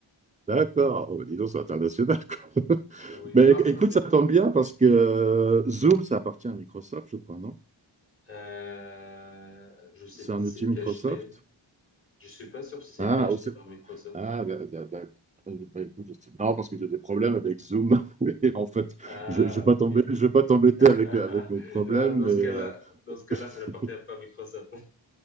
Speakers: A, on the right; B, on the left.
A: D'accord. Oh, bah, dis donc, c'est international, quoi. <laughs>
B: Oui,
A: Mais
B: parfois,
A: éc- écoute,
B: c'est.
A: ça tombe bien, parce que euh, Zoom, ça appartient à Microsoft, je crois, non?
B: Euh, je sais
A: C'est
B: pas
A: un
B: si
A: outil
B: c'était
A: Microsoft?
B: acheté. Je suis pas sûr si c'était
A: Ah,
B: acheté
A: au-
B: par Microsoft.
A: ah d'a- d'a- d'a- euh, bah, écoute, je sais- Non, parce que j'ai des problèmes avec Zoom. <laughs> Et en fait,
B: Ah,
A: je ne vais pas
B: ok.
A: tomber, je vais pas t'embêter
B: <laughs>
A: avec, avec mes problèmes,
B: Non, non, dans
A: mais
B: ce
A: euh,
B: cas-là, dans ce cas-là,
A: <laughs>
B: ça n'appartient pas à Microsoft.